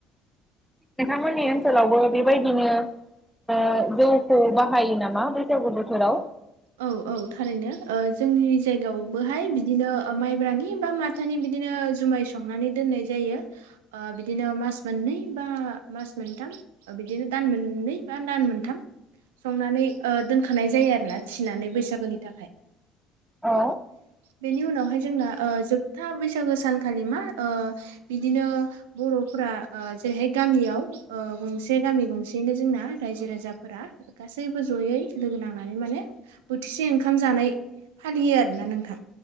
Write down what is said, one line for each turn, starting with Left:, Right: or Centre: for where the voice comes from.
Centre: नोंथांमोननि ओनसोलावबो बेबायदिनो ओ जौखौ बाहायो नामा बैसागु बोथोराव?
Right: औ औ थारैनो ओ जोंनि जायगायावबोहाय बिदिनो ओ माइब्रानि बा माथानि बि दिनो जुमाय संनानै दोननाय जायो ओ बिदिनो मास मोननै बा मास मोनथाम बिदिनो दान मोननै बा दान मोनथाम संनानै ओ दोनखानाय जायो आरोना थिनानै बैसागोनि थाखाय।
Centre: औ।
Right: बेनि उनावहाय जोंना ओ जोबथा बैसागो सानखालि मा ओ बिदिनो बर'फोर फ्रा ओ जेरैहाय गामियाव ओ गंसे गामि गंसेैयैनो जोंना रायजो राजाफोरा गासै सैबो ज'यै लोगो नांनानै माने बोथिसे ओंखाम जानाय फालियो आरोना नोंथां।